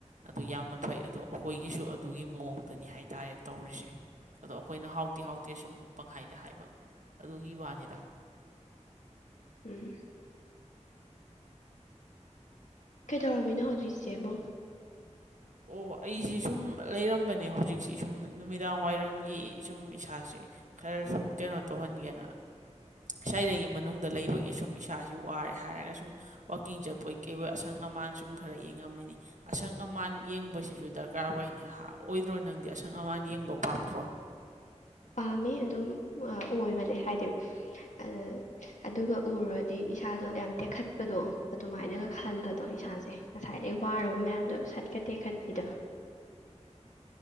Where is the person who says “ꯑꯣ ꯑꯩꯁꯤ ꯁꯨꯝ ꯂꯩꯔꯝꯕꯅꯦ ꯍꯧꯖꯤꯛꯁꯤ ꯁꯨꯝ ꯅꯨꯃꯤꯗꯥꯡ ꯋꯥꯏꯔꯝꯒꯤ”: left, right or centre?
Right